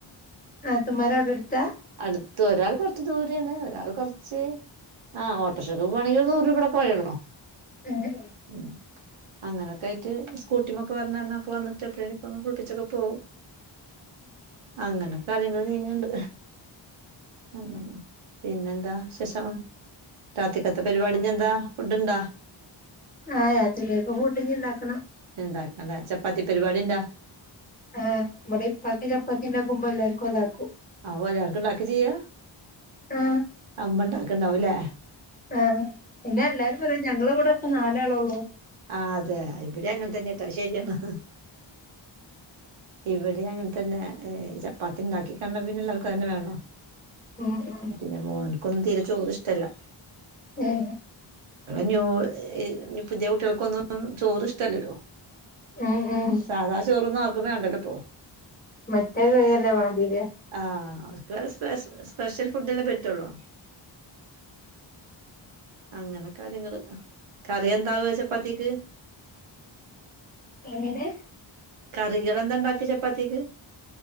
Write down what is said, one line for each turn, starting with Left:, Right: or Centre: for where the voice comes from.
Left: നാത്തൂന്മാർ അവിടെ അടുത്താ
Right: അടുത്ത് ഒരാൾ കൊറച്ച് ദൂര ഏണ് ഒരാൾ കുറച്ച് ആ ഓട്ടോർഷക്ക് പോവാണെങ്കിൽ നൂറ് രൂപയുടൊക്കെ വഴിയൊള്ളു
Left: ആഹ്
Right: ഉം അങ്ങനെയൊക്കായിട്ട് സ്കൂട്ടിമ്മക്കെ വന്നു വന്നിട്ട്എപ്പോഴും ഒന്ന് കുളപ്പിച്ചൊക്കെ പോവും അങ്ങനെ കാര്യങ്ങൾ നീങ്ങ്ണ്ട് അങ്ങനെ പിന്നെന്താ വിശേഷം രാത്രികത്തെ പരിപാടി എന്താ ഫുഡ്ണ്ടൊ
Left: ആഹ് രാത്രികേക്ക് ഫുഡ് ഉണ്ടാക്കണം
Right: ണ്ടാക്കണം ലെ ചപ്പാത്തി പരിപാടിണ്ടൊ
Left: ആഹ് ഇബടെ ഉപ്പാക്ക് ചപ്പാത്തിണ്ടാക്കുമ്പോ എല്ലാർക്കും അതാക്കും
Right: ആ ഒരാൾക്ക് ഇണ്ടാക്ക ചെയ്യ
Left: ആഹ്
Right: അമ്മ ഇണ്ടാക്ക്‌ണ്ടാവും ല്ലേ
Left: ആഹ് പിന്നെ എല്ലാരും പറ ഞങ്ങളെ കൂടെ ഇപ്പം നാലാളെ ഉള്ളൂ
Right: ആഹ് അതെ ഇവിടെ അങ്ങനെ തന്നെ ട്ടൊ അത് ശെരിയാണ് ഇവിടെം അങ്ങനെ തന്നെ ചപ്പാത്തി ഉണ്ടാക്കി ക പിന്നെള്ളോർക്ക് തന്നെ വേണോ
Left: ഉം ഉം
Right: പിന്നെ മോനക്കൊന്നും തീരെ ചോർ ഇഷ്ടല്ല
Left: ഉം
Right: ന്യൂ പുതിയ കുട്ടികൾക്കൊന്നും ചോറ് ഇഷ്ടല്ലല്ലോ
Left: ഉം ഉം
Right: സാധാ ചോറൊന്നും ആർക്കും വേണ്ടല്ലോ ഇപ്പോ
Left: മറ്റേ കൈയ്യല്ലേ വാണ്ടിവെര
Right: ആഹ് അവർക്ക് വേറെസ്പെ സ്പെഷ്യൽ ഫുഡല്ലേ പറ്റുള്ളൂ അങ്ങനെ കാര്യങ്ങള് കറി എന്താവും ചപ്പാത്തിക്ക്
Left: എങ്ങനെ
Right: കറികൾ എന്താ ഉണ്ടാക്കി ചപ്പാത്തിക്ക്